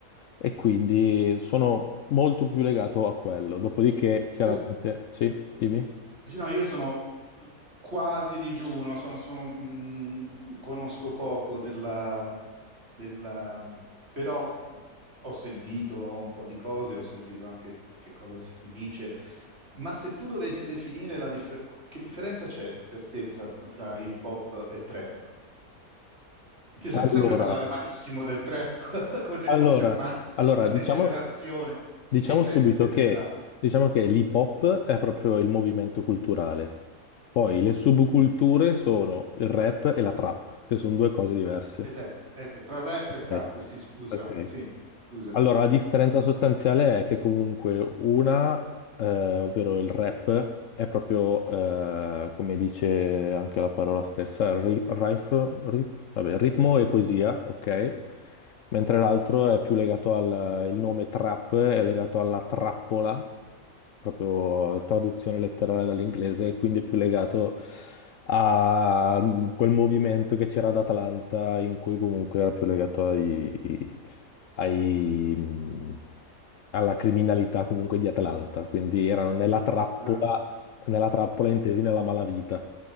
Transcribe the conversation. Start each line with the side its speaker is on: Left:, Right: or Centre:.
Left: e quindi sono molto più legato a quello. Dopodiché, chiaramente,
Right: Io,
Left: sì, dimmi.
Right: sì, no, io sono quasi digiuno, son- sono, mh, conosco poco della, della- però ho sentito un po' di cose, ho sentito anche di che cosa si dice, ma se tu dovessi definire la differ- che differenza c'è per te tra, tra hip hop e trap? Perché io sento
Left: Allora,
Right: sempre parlare malissimo del trap, <laughs> come se
Left: allora,
Right: fosse ormai
Left: allora,
Right: una degenerazione.
Left: diciamo. Diciamo
Right: In che senso
Left: subito
Right: è degenerato?
Left: che, diciamo che l'hip hop è proprio il movimento culturale. Poi le subculture sono il rap e la trap, che sono due cose diverse.
Right: Esatto, ecco, tra rap
Left: Ok,
Right: e trap, sì, scusa,
Left: ok.
Right: sì, scusa.
Left: Allora, la differenza sostanziale è che comunque una, eh, ovvero il rap, è proprio, eh, come dice anche la parola stessa, ri- rife- ri- vabbè, ritmo e poesia, ok? Mentre l'altro è più legato al, il nome trap è legato alla trappola, proprio traduzione letterale dall'inglese, e quindi è più legato a mm, quel movimento che c'era ad Atlanta, in cui comunque era più legato ai ai, mh, alla criminalità comunque di Atlanta, quindi erano nella trappola,
Right: Eh,
Left: nella trappola intesi nella malavita.